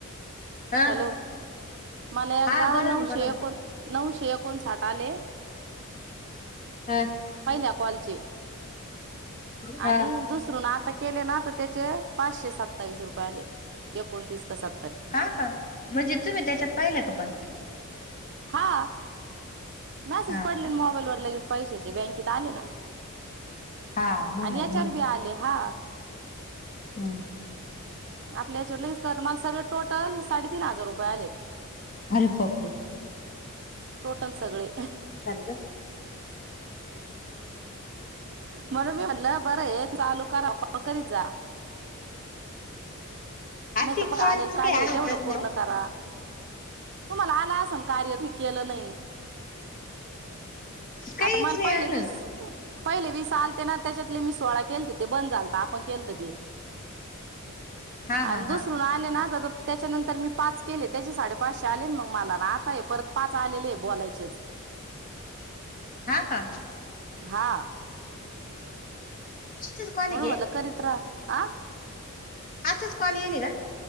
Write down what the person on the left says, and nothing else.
हा
हा बोला
ना बोला
ना
हा
हा
हा का म्हणजे तुम्ही त्याच्यात पाहिलं का पण
हा
का
हा मग
आहे
ह
अरे पपलिक
ग.
आ
ते
कॉलच
काय
आलं
तर
राव
काहीच
नाही
आलं
हा
हा
हा
हा का
आजच कॉल
घे
अच्छाच कॉल येलरा